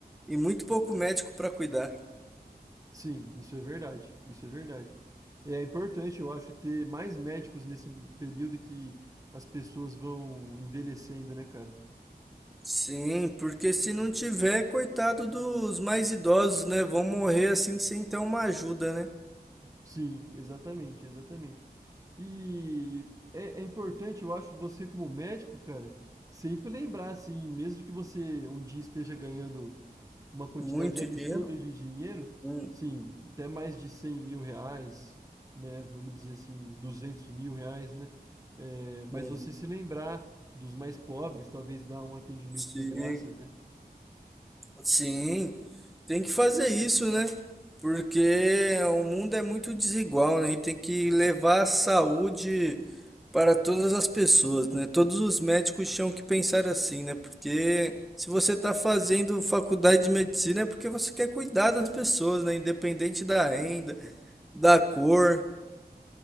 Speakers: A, in the centre; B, on the right.
A: E muito pouco médico para cuidar.
B: Sim, isso é verdade. Isso é verdade. É importante, eu acho, ter mais médicos nesse período que as pessoas vão envelhecendo, né, cara?
A: Sim, porque se não tiver, coitado dos mais idosos, né? Vão morrer assim sem ter uma ajuda, né?
B: Sim, exatamente, exatamente. E é, é importante, eu acho, você como médico, cara, sempre lembrar, assim, mesmo que você um dia esteja ganhando uma quantidade
A: Muito
B: absurda
A: dinheiro.
B: de dinheiro,
A: Hum,
B: sim, até mais de cem mil reais, né? Vamos dizer assim, duzentos mil reais, né? É, mas
A: uhum.
B: você se lembrar dos mais pobres, talvez dar um atendimento
A: Sim.
B: de graça até.
A: Sim, tem que fazer isso, né? Porque o mundo é muito desigual, né? E tem que levar a saúde para todas as pessoas, né? Todos os médicos tinham que pensar assim, né? Porque se você está fazendo faculdade de medicina é porque você quer cuidar das pessoas, né? Independente da renda, da cor.